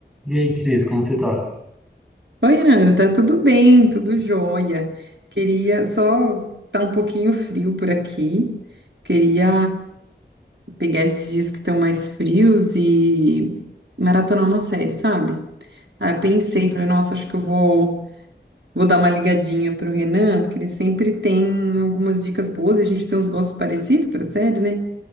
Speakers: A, in the centre; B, on the right.
A: E aí, Cris, como você tá?
B: Oi, Ana, tá tudo bem, tudo jóia. Queria só tá um pouquinho frio por aqui. Queria pegar esses dias que estão mais frios e maratonar uma série, sabe? Aí eu pensei, falei, nossa, acho que eu vou, vou dar uma ligadinha pro Renan, porque ele sempre tem algumas dicas boas e a gente tem uns gostos parecidos pra série, né?